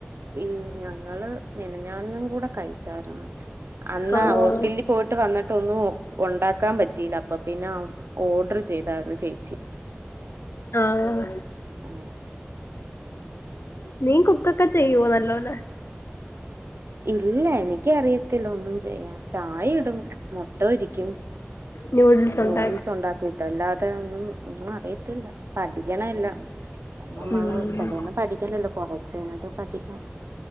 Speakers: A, on the right (about 70°); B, on the left (about 80°).
A: ല്ല ഈ ഞങ്ങള് മിനഞ്ഞന്നും കൂടെ കഴിച്ചാരുന്നു അന്നാ
B: ആഹ്
A: ഹോസ്പില് പോയിട്ട് വന്നിട്ടൊന്നും ഒണ്ടാക്കാൻ പറ്റിയില്ല അപ്പൊ പിന്നെ ഓർഡർ ചെയ്തായിരുന്നു ചേച്ചി
B: ആഹ്
A: ആ
B: നീ കുക്കൊക്കെ ചെയ്യോ നല്ലോലെ
A: ഇല്ല എനിക്ക് അറിയത്തില്ല ഒന്നും ചെയ്യാൻ ചായ ഇടും, മുട്ട പൊരിക്കും
B: ന്യൂഡിൽസ് ഉണ്ടാക്ക
A: നൂഡിൽസ് ഉണ്ടാക്കു ഇതല്ലാതെ ഒന്നും ഒന്നും അറിയത്തില്ല. പഠിക്കണല്ല നമ്മള്
B: ഉം
A: പിന്നെയൊന്നും പഠിക്കില്ലല്ലോ കൊറച്ചഴിഞ്ഞിട്ട് പഠിക്കണം.